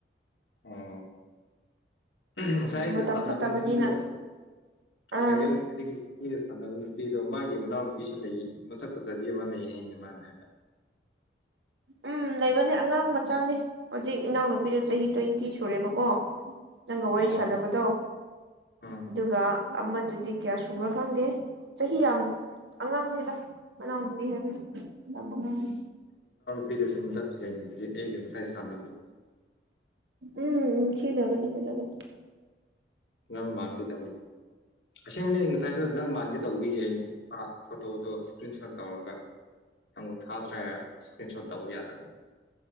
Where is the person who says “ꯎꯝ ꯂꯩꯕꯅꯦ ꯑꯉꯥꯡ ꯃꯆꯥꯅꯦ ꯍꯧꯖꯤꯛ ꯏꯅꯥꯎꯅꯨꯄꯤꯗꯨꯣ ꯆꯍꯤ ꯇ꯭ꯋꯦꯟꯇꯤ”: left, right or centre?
Right